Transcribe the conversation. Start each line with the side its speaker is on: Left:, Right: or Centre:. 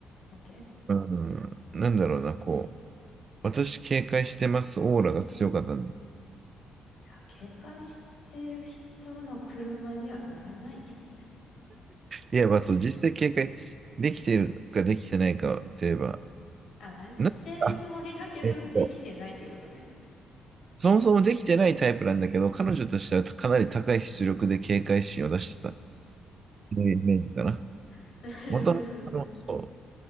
Left: オッケー。い
Right: うん、なんだろうな、こう、私警戒してますオーラが強かったんで。
Left: や、警戒してる人の車には乗らないけどね。
Right: いや、まあそう、実際警戒できてるかできてないかって言えば、
Left: あ、ね、してるつもりだけど、
Right: なあ、えっと、
Left: できてないってことね。
Right: そもそもできてないタイプなんだけど、彼女としてはかなり高い出力で警戒心を出してたっていうイメージかな。
Left: <laughs> なるほどね。
Right: もともと、そう、